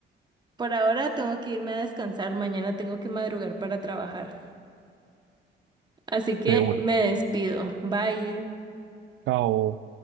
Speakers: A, on the right; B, on the right.
A: Por ahora tengo que irme a descansar, mañana tengo que madrugar para trabajar. Así que
B: De una.
A: me despido. Bye.
B: Chao.